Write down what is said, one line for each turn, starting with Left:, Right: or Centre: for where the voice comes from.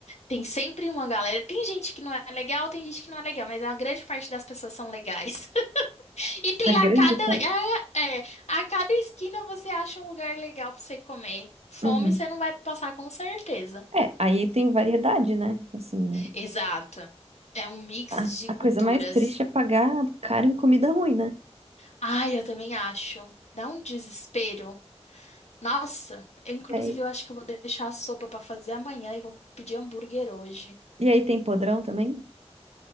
Left: Tem sempre uma galera. Tem gente que não é legal, tem gente que não é legal, mas a grande parte das pessoas são legais. <laughs> E tem
Right: A grande
Left: a cada.
Right: parte.
Left: É, é, a cada esquina você acha um lugar legal pra você comer. Fome
Right: Uhum.
Left: você não vai passar com certeza.
Right: É, aí tem variedade, né? Assim,
Left: Exato. É um mix
Right: a,
Left: de
Right: a
Left: culturas.
Right: coisa mais triste é pagar caro em comida ruim, né?
Left: Ai, eu também acho. Dá um desespero. Nossa, eu, inclusive
Right: É,
Left: eu acho que eu vou deixar a sopa pra fazer amanhã e vou pedir hambúrguer hoje.
Right: E aí tem podrão também?